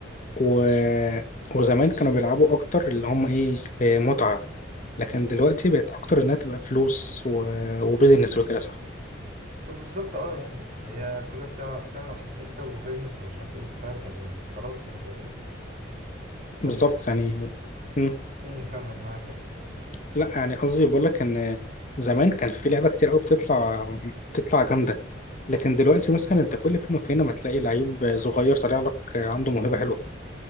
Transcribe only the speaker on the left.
و... وزمان كانوا بيلعبوا اكتر اللي هم ايه آه، متعة لكن دلوقتي بقت اكتر انها تبقى فلوس و... وبيزنس وكده صح
بالظبط
يعني مم.
لا يعني قصدي بقول لك ان زمان كان في لعبة كتير قوي بتطلع بتطلع جامدة لكن دلوقتي مثلا انت كل فين وفين ما تلاقي لعيب صغير طالع لك عنده موهبة حلوة